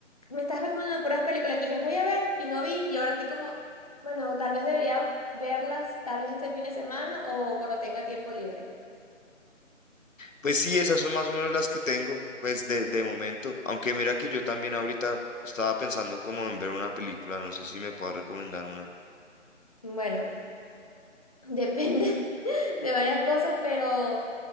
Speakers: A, on the left; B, on the left.
A: Me estás recomendando puras películas que dije voy a ver y no vi y ahora estoy como, bueno, tal vez debería verlas tal vez este fin de semana o cuando tenga tiempo libre.
B: Pues sí, esas son más o menos las que tengo, pues de, de momento. Aunque mira que yo también ahorita estaba pensando como en ver una película, no sé si me puedas recomendar una.
A: Bueno. Depende <laughs> de varias cosas, pero